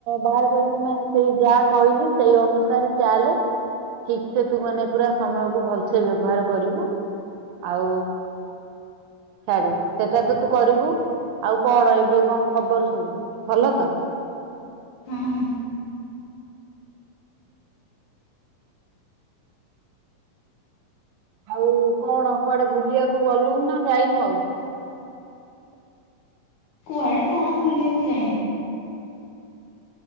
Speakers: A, on the right (about 85°); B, on the left (about 70°).
A: ବାହାର କରିକି ମାନେ ସେଇ ଯାହା କହିଲି ସେଇ ଅନୁସାରେ ଚାଲେ। ଠିକ୍ ସେ ତୁ ମାନେ ପୁରା ସମୟକୁୁ ଭଲସେ ବ୍ୟବହାର କରିବୁ। ଆଉ ଛାଡ଼େ। ସେଟା ତ ତୁ କରିବୁ ଆଉ କଣ ଏବେ କଣ ଖବର ସବୁ? ଭଲ ତ।
B: ହଁ।
A: ଆଉ କଣ କୁଆଡେ ବୁଲିବାକୁ ଗଲୁଣି ନା ଯାଇନୁ ଆଉ?
B: କୁଆଡେ ନାଁ ବୁଲିବାକୁ ଯାଇନି।